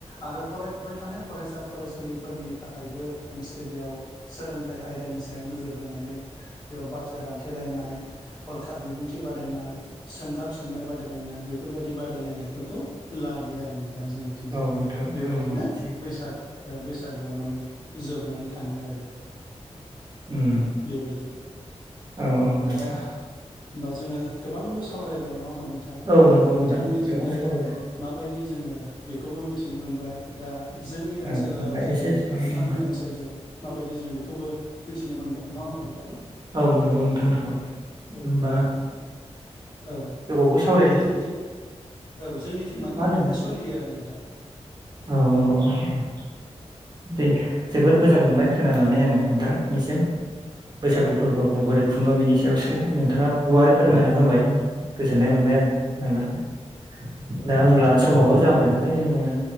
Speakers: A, on the left; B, on the right.
A: आरो फरायफुबाय थानाय फरायस सा फरायसुलिफोरनि थाखायबो मोनसे बेयाव सोलोंथाइ आयदानि सायाव नोजोर बोनानै। बेयाव बाथ्रा दान्थेलायनाय हरखााब बिबुंथि बादायनाय सोंगाब सोंनाय बादायलायनाय। बेफोरबायदि बादायलायनायफोरखौ लायो आरो नो दा जोंनिथिंजाय
B: औ नोंथां
A: बेबायदिनो
B: औ थिग
A: बैसाग बैसा सागुआ माने जोबनानै थाङो आरो।
B: उम
A: बेबायदि
B: औ औ नोंथां
A: दा। होमबा जोङो गोबांबो सावरायबाय नङा होमबा नों
B: औ
A: दा
B: नंगौ
A: नोंथांमोननिथिंजाय
B: नोंथां गोबां सावरायबाय
A: माबायदिज जोङो बेखौबो मिथिनो मोनबाय दा जोंनि ओनसोलाव
B: औ मोनबाय
A: जों
B: एसे एसेबां
A: नोंथांमोननि
B: मोनबाय
A: ओनसोलजों। माबायदि जों बेखौबो मिथिनो मोनबाय नंङा होमबा नोंथां।
B: औ नोंगौ नोंथां नोंगौ
A: औ
B: होमबा
A: दा औ
B: गोबावबो साव
A: दा जोंनिथिं औ जोंनिथिं माने
B: मा होनदों
A: बिदिनो
B: नोंथां
A: सोलियो आरो नोंथां।
B: औ औ औ औ। दे
A: औ
B: जोबोद मोजां मोनबाय खोनानानै आङो नोंथां निसिम। बैसागु
A: औ
B: फोरबोखौ बोरै खुङो बेनि सायाव सो नोंथाङा गुवारै फोरमायना होबाय। गोजोननाय
A: औ
B: मोनबाय आं होनानै
A: औ
B: दा होमब्ला समाबो जाबाय नालाय जोङो।